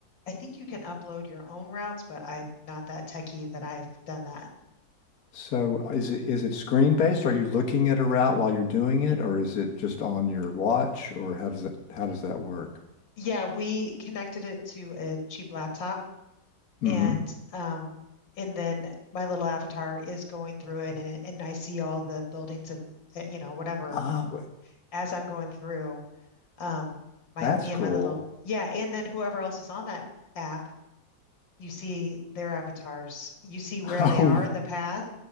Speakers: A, on the left; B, on the left.
A: I think you can upload your own routes, but I'm not that techie that I've done that.
B: So uh, is it is it screen based? Are you looking at a route while you're doing it or is it just on your watch or how does that how does that work?
A: Yeah, we connected it to a cheap laptop
B: Mm-hmm.
A: and um, and then my little avatar is going through it, and and I see all the buildings and uh, you know whatever
B: Ah,
A: as I'm going through. Um, my
B: That's
A: me
B: cool.
A: and my little yeah, and then whoever else is on that app, you see their avatars, you see where
B: <laughs>
A: they
B: Oh,
A: are in the path,